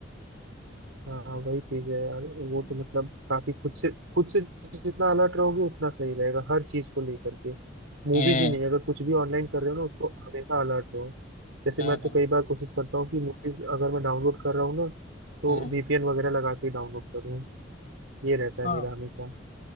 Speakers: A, on the right; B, on the left.
A: हाँ वही चीज है यार वो
B: हम्म
A: तो मतलब काफी खुद से खुद से जितना अलर्ट रहोगे उतना सही रहेगा हर चीज को लेकर के मूवीज
B: हम्म
A: ही नहीं अगर कुछ भी ऑनलाइन कर रहे हो ना उसको हमेशा अलर्ट रहो जैसे
B: हम्म
A: मैं तो कई बार कोशिश करता हूँ कि मूवीज अगर मैं डाउनलोड कर रहा हूँ ना तो
B: हम्म।
A: वीपीएन वगैरह लगा के डाउनलोड करूँ ये रहता
B: हाँ
A: है मेरा हमेशा